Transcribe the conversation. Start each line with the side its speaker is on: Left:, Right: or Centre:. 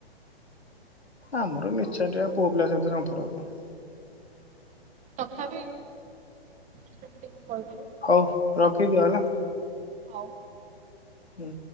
Left: ଆମର ନିଛାଟିଆ ପୁଅ ପିଲା ସହିତ ସମ୍ପର୍କ କଣ?
Right: ତଥାପି, ସେମିତି କଣ କହିବ?
Left: ହଉ, ରଖିଦିଅ ହେଲା।
Right: ହଉ।
Left: ହୁଁ।